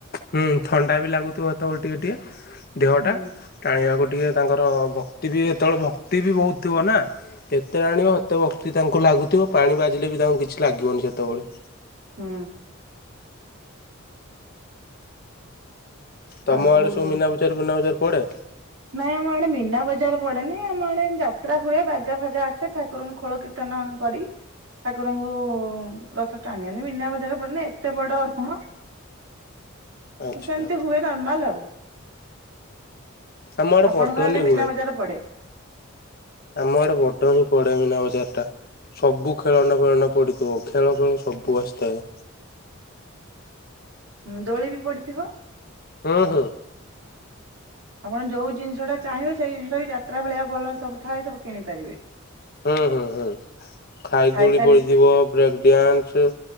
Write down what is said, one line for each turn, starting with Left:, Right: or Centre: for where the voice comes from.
Left: ହୁଁ ଥଣ୍ଡା ବି ଲାଗୁଥିବ ତ ଟିକେ ଟିକେ ଦେହଟା
Right: ହୁଁ
Left: ଟାଣିବାକୁ ଟିକେ ତାଙ୍କର ଭକ୍ତି ବି ଯେତେବେଳେ ଭକ୍ତି ବି ବହୁତ ଥିବ ନା। କେତେ ଆଣିବ ଏତେ ଭକ୍ତି ତାଙ୍କୁ ଲାଗୁଥିବ ପାଣି ବାଜିଲେ ବି ତାଙ୍କୁ କିଛି ଲାଗିବନି ସେତେବେଳେ।
Right: ହୁଁ।
Left: ତମ
Right: ଆଉ
Left: ଆଡେ ସବୁ ମିନା ବଜାର ବିନାବଜାର ପଡେ?
Right: ନାଇଁ ଆମ ଆଡେ ମିନା ବଜାର ପଡେନି। ଆମ ଆଡେ ଯାତ୍ରା ହୁଏ ବାଜା ଫାଜା ଆସେ। ଠାକୁରଙ୍କୁ ଖୋଳ କି ର୍ତ୍ତନ କରି ଠାକୁରଙ୍କୁ ରଥ ଟାଣିନେଲେ ମିନା ବଜାର ପଡିଲେ ଏତେ ବଡ ନୁହଁ
Left: ଆଚ୍ଛା
Right: ସେମିତି ହୁଏ ନର୍ମାଲ ଆଉ।
Left: ଆମ
Right: ଆପଣଙ୍କ
Left: ବଡନି
Right: ଆଡେ ମୀନା
Left: ହୁଏ
Right: ବଜାର ପଡେ?
Left: ଆମ ଆଡେ ବଡ ହିଁ ପଡେ ମିନା ବଜ଼ାରଟା। ସବୁ ଖେଳନା ଫେଳନା ପଡିଥିବ ଖେଳ ଫେଳ ସବୁ ଆସିଥାଏ।
Right: ଉଁ ଦୋଳିବି ପଡିଥିବ।
Left: ହୁଁ ହୁଁ।
Right: ଆପଣ ଯୋଉ ଜିନିଷଟା ଚାହିଁବେ ସେଇ ଜିନିଷଟା ବି ଯାତ୍ରା ଭଳିଆ ଭଲ ସବୁ ଥାଏ ସବୁ କିଣିପାରିବେ।
Left: ହୁଁ ହୁଁ ହୁଁ ଖାଇ
Right: ଖାଇପାରିବେ
Left: ଦୌଳି ପଡିଥିବ ବ୍ରେକ ଡ୍ୟାନ୍ସ।